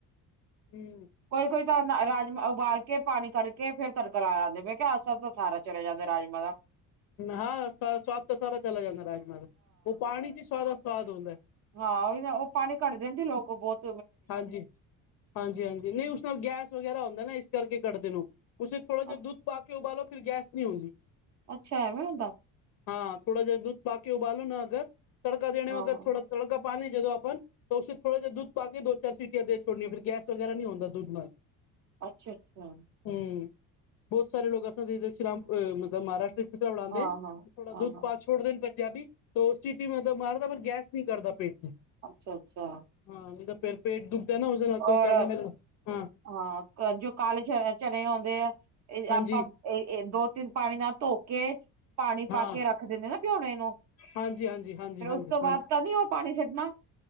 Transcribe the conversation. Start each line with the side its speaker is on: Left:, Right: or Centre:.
Left: ਹੂ
Right: ਕੋਈ- ਕੋਈ ਤਾਂ ਰਾਜਮਾਂ ਉਬਾਲ ਕੇ ਪਾਣੀ ਕੱਢ ਕੇ ਫੇਰ ਤੜਕਾ ਲਾ ਲਾਂਦੇ। ਮੈਂ ਕਿਹਾ ਅਸਰ ਤਾਂ ਸਾਰਾ ਚਲੇਆ ਜਾਂਦਾ ਰਾਜਮਾਂ ਦਾ।
Left: ਹਾਂ ਸ ਸਵਾਦ ਤਾਂ ਸਾਰਾ ਚਲਾ ਜਾਂਦਾ ਰਾਜਮਾ ਦਾ, ਉਹ ਪਾਣੀ ਚ ਹੀ ਸਾਰਾ ਸਵਾਦ ਹੁੰਦਾ ਐ।
Right: ਹਾਂ ਉਹੀ ਨਾ ਉਹ ਪਾਣੀ ਕੱਡ ਦਿੰਦੇ ਲੋਕ ਬੋਤ।
Left: ਹਾਂਜੀ, ਹਾਂਜੀ-ਹਾਂਜੀ ਨਹੀਂ ਉਸ ਵਿੱਚ ਗੈਸ ਵਗੈਰਾ ਹੁੰਦਾ ਨਾ ਇਸ ਕਰਕੇ ਕੱਟਦੇ ਨੇ ਓਹ। ਉੇਸੇ ਥੋੜਾ ਜਿਹਾ
Right: ਅੱਛਾ
Left: ਦੁੱਧ ਪਾ ਕੇ ਉਬਾਲੋ ਫੇਰ ਗੈਸ ਨੀ ਹੁੰਦੀ।
Right: ਅੱਛਾ ਇਹਵੇ ਹੁੰਦਾ।
Left: ਹਾਂ ਥੋੜਾ ਜਿਹਾ ਦੂਧ ਪਾਕੇ ਉਬਾਲੋ ਨਾ ਅਗਰ ਤੜਕਾ ਦੇਣੇ
Right: ਹਾਂ-ਹਾਂ,
Left: ਵਖਤ ਥੋੜਾ। ਤੜਕਾ ਪਾਣੇ ਜਦੋਂ ਆਪਾਂ ਤਾਂ ਉਸੇ ਥੋੜਾ ਜਿ ਦੂਧ, ਪਾ ਕੇ ਦੋ- ਚਾਰ ਸੀਟੀਆਂ ਦੇ ਛੋਣੀਆਂ ਫੇਰ ਗੈਸ ਵਗੈਰਾ ਨਹੀਂ ਹੁੰਦਾ ਦੂੱਧ ਨਾਲ।
Right: ਅੱਛਾ-ਅੱਛਾ।
Left: ਹੂੰ ਬੋਤ ਸਾਰੇ ਲੋਕ ਅ ਸ਼੍ਰਰਾਮ ਮਤਲਬ ਮਹਾਰਾਸ਼, ਬਣਾਉਦੇ
Right: ਹਾਂ-ਹਾਂ,
Left: ਥੋੜਾ
Right: ਹਾਂ-ਹਾਂ,
Left: ਦੁੱਧ ਪਾ ਛ। ਛੋੜਦੇ ਪੰਜਾਬੀ ਉਹ ਸਿਟੀ ਮਤਲਬ ਮਾਰਦਾ ਪਰ ਗੈਸ ਨਹੀਂ ਕਰਦਾ ਪੇਟ ਨੂੰ।
Right: ਅੱਛਾ-ਅੱਛਾ।
Left: ਹਾਂ ਨੀ ਤ ਫੇਰ ਪੇਟ ਦੁਖਦਾ ਨਾ ਉਹਦੇ ਨਾਲ ਕੋਈ
Right: ਔਰ
Left: ਕਹਿੰਦਾ ਮੇਰੇ, ਹਾਂ।
Right: ਹਾਂ ਜੋ ਕਾਲੇ ਚਣੇ ਆਉਂਦੇ ਆ। ਇਹ
Left: ਹਾਂਜੀ
Right: ਆਪਾਂ, ਇਹ ਦੋ- ਤਿੰਨ ਪਾਣੀ ਨਾਲ ਧੋ ਕੇ, ਪਾਣੀ ਪਾ
Left: ਹਾਂ
Right: ਕੇ ਰੱਖ ਦਿੰਦੇ ਨਾ, ਭਿਉਣੇ ਨੂੰ,
Left: ਹਾਂਜੀ ਹਾਂਜੀ ਹਾਂਜੀ
Right: ਫੇਰ
Left: ਹਾਂਜੀ
Right: ਉਸ ਤੋਂ ਬਾਅਦ ਤਾਂ ਨ ਉਹ ਪਾਣੀ ਛੱਡਣਾ।